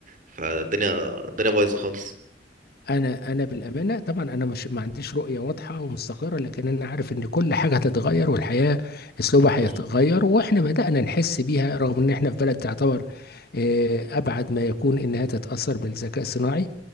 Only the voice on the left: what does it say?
انا انا بالامانه طبعا انا مش ما عنديش رؤيه واضحه ومستقره لكن انا عارف ان كل حاجه هتتغير والحياه اسلوبها
هيتغير واحنا بدانا نحس بيها رغم ان احنا في بلد تعتبر آه، ابعد ما يكون انها تتاثر بالذكاء الصناعي